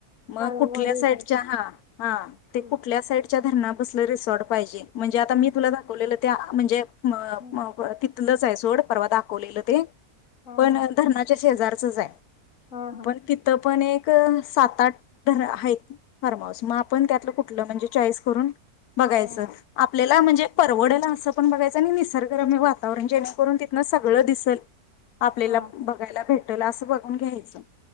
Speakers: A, on the left; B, on the left.
A: मग
B: काळमवाडी
A: कुठल्या साईडच्या
B: काय काय
A: हा हा ते
B: हम्म
A: कुठल्या साईडच्या धरणा कसलं रिसॉर्ट पाहिजे म्हणजे आता
B: हम्म
A: मी तुला दाखवलेलं त्या म्हणजे <unintelligible>
B: हम्म
A: तिथलच आहे सोड परवा दाखवलेलं ते
B: हा
A: पण
B: हा
A: धरनाच्या शेजारचच आहे
B: हा हा
A: पण तिथं पण एक सात आठ आहे फॉर्म हाऊस मग आपण त्यातलं कुठलं म्हणजे चॉईस करून बघायचं
B: हा
A: आपल्याला म्हणजे परवडल असं पण बघायचं आणि निसर्गरम्य वातावरण जेणेकरून तिथनं सगळं दिसल आपल्याला
B: हा
A: बघायला भेटल असं बघून घ्यायचं